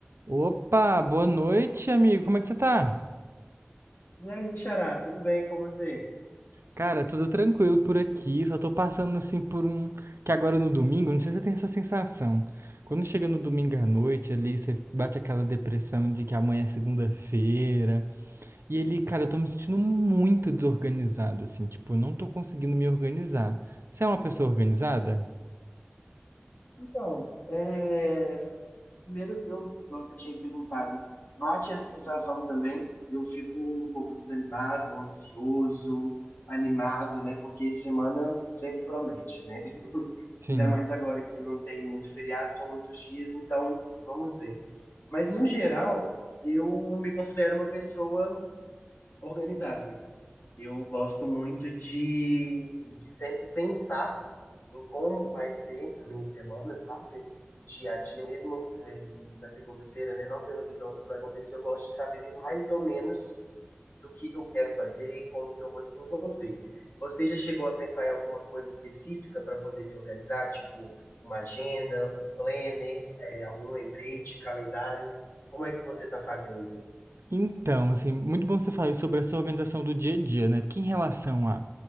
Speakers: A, on the right (about 80°); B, on the left (about 60°).
A: Opa, boa noite, amigo. Como é que você tá?
B: E aí, Xará, tudo bem com você?
A: Cara, tudo tranquilo por aqui. Só tô passando assim por um. Que agora é no domingo, não sei se você tem essa sensação. Quando chega no domingo à noite ali, você bate aquela depressão de que amanhã é segunda-feira. E ele, cara, eu tô me sentindo muito desorganizado, assim. Tipo, eu não tô conseguindo me organizar. Você é uma pessoa organizada?
B: Então, é, primeiro eu, como você tinha perguntado, bate essa sensação também. Eu fico um pouco desanimado, ansioso, animado, né? Porque semana sempre promete, né? <laughs>
A: Sim.
B: Ainda mais agora que não tem muito feriado, são muitos dias, então vamos ver. Mas no geral, eu me considero uma pessoa organizada. Eu gosto muito de, de sempre pensar. em como vai ser a minha semana, sabe? Dia a dia, mesmo é, na segunda-feira, né? Não tendo visão do que vai acontecer, eu gosto de saber mais ou menos do que que eu quero fazer, como que eu vou desenvolver. Você já chegou a pensar em alguma coisa específica para poder se organizar, tipo uma agenda, um planner, é, algum lembrete, calendário? Como é que você está fazendo?
A: Então, assim, muito bom você falar sobre essa organização do dia a dia, né? Porque em relação a,